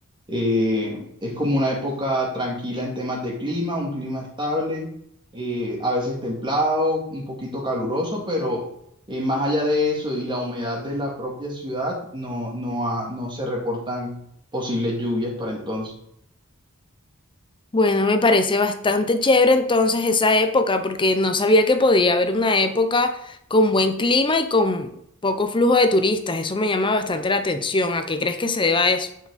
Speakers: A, on the right; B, on the left.
A: Eh, es como una época tranquila en temas de clima, un clima estable, eh, a veces templado, un poquito caluroso, pero eh, más allá de eso y la humedad de la propia ciudad, no, no, ha- no se reportan posibles lluvias para entonces.
B: Bueno, me parece bastante chévere entonces esa época, porque no sabía que podía haber una época con buen clima y con poco flujo de turistas. Eso me llama bastante la atención. ¿A qué crees que se deba eso?